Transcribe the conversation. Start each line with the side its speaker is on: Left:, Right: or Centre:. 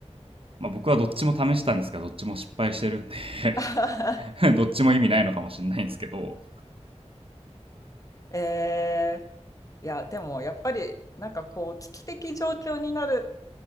Right: まあ僕はどっちも試したんですが、どっちも失敗してるんで
Left: <laughs>
Right: <laughs> どっちも意味ないのかもしれないんですけど、
Left: えー、いや、でもやっぱり、なんかこう、危機的状況になる、